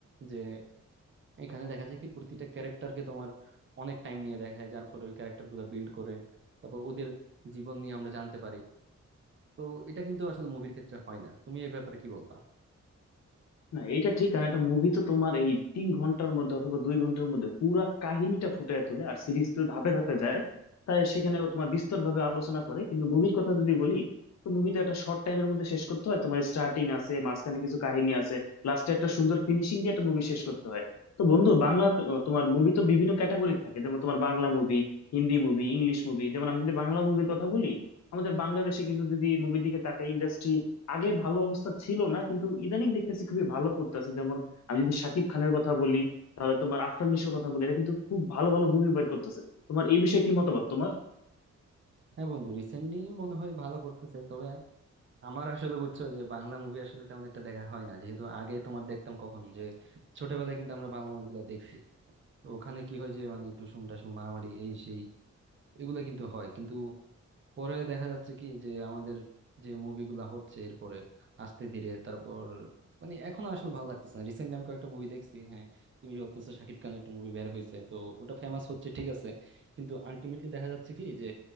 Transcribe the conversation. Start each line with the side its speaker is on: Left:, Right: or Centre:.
Right: যে এখানে দেখা যায় কি প্রতিটা ক্যারেক্টারকে তোমার অনেক টাইম নিয়ে দেখায় যার ফলে ওই ক্যারেক্টার গুলো বিল্ড করে তারপর ওদের জীবন নিয়ে আমরা জানতে পারি তো এটা কিন্তু আসলে মুভির ক্ষেত্রে হয় না তুমি এই ব্যাপারে কি বলবা
Left: না এটা ঠিক কারণ একটা মুভি তো তোমার এই তিন ঘন্টার মধ্যে অথবা দুই ঘন্টার মধ্যে পুরা কাহিনীটা ফুটিয়ে তোলে আর সিরিজ তো ধাপে ধাপে যায় তাই সেখানে ও তোমার বিস্তর ভাবে আলোচনা করে কিন্তু মুভির কথা যদি বলি তো মুভি তো একটা শর্ট টাইমের মধ্যে শেষ করতে হয় তোমার স্টার্টিং আছে মাঝখানে কিছু কাহিনী আছে লাস্টে একটা সুন্দর ফিনিশিং দিয়ে একটা মুভি শেষ করতে হয় তো বন্ধু বাংলা আহ, তোমার মুভি তো বিভিন্ন ক্যাটাগরি থাকে যেমন তোমার Bangla movie Hindi movie English movie যেমন আমি যদি বাংলা মুভির কথা বলি আমাদের বাংলাদেশে কিন্তু যদি মুভির দিকে তাকাই ইন্ডাস্ট্রি আগে ভালো অবস্থা ছিল না কিন্তু ইদানিং দেখতেছি খুবই ভালো করতেছে যেমন আমি যদি শাকিব খানের কথা বলি তাহলে তোমার আফরান নিশোর কথা বলি এরা কিন্তু খুব ভালো ভালো মুভি বের করতেছে তোমার এই বিষয়ে কি মতামত তোমার
Right: হ্যাঁ বন্ধু রিসেন্টলি মনে হয় ভালো করতেছে তবে আমার আসলে বুঝছো যে বাংলা মুভি আসলে তেমন একটা দেখা হয় না যেহেতু আগে তোমার দেখতাম কখন যে ছোটবেলায় কিন্তু আমরা বাংলা মুভিগুলো দেখছি তো ওখানে কি হয় যে মানে টুসুম টাসুম মারামারি এই সেই এগুলো কিন্তু হয় কিন্তু পরে দেখা যাচ্ছে কি যে আমাদের যে মুভিগুলা হচ্ছে এরপরে আস্তে ধীরে তারপর মানে এখন আসলে ভালো লাগতেছে না রিসেন্টলি আমি কয়েকটা মুভি দেখছি হ্যাঁ তুমি যে বলতেছো শাকিব খানের একটা মুভি বের হয়েছে তো ওটা ফেমাস হচ্ছে ঠিক আছে কিন্তু আলটিমেটলি দেখা যাচ্ছে কি যে